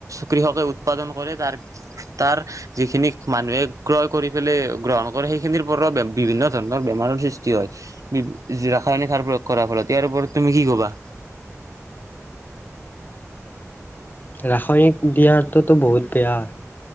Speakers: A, on the right; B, on the left.
A: কৃষকে উৎপাদন কৰে তাৰ তাৰ যিখিনি মানুহে ক্ৰয় কৰি পেলে গ্ৰহণ কৰে সেইখিনিৰ পৰাও বে বিভিন্ন ধৰণৰ বেমাৰৰ সৃষ্টি হয়। বি যি ৰাসায়নিক সাৰ প্ৰয়োগ কৰাৰ ফলত ইয়াৰ ওপৰত তুমি কি ক'বা?
B: ৰাসায়নিক দিয়াৰটোতো বহুত বেয়া।